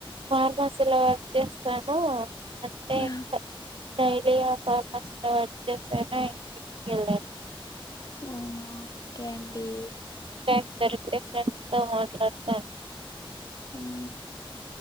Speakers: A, on the right; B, on the left.
A: ఫార్మసీలో వర్క్ చేస్తాను అంతే
B: మ్మ్.
A: ఇంక డైలీ ఆ ఫార్మసీలో వర్క్ అర్జెంట్స్ అయిన ఇంటికెళ్లలీ
B: అవునా ఓకే అండి
A: దానికి దానికి డిఫరెన్స్ ఆహ అట్లంటాంది
B: మ్మ్.